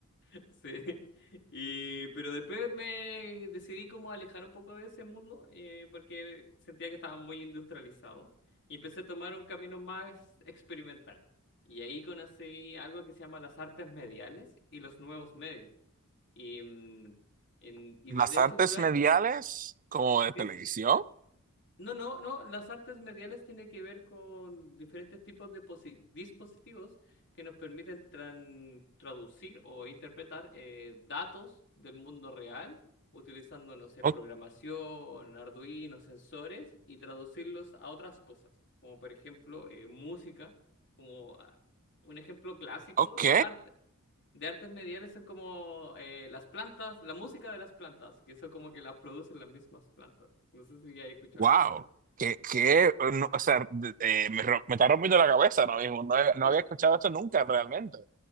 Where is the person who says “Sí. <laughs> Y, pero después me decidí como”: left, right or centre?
Left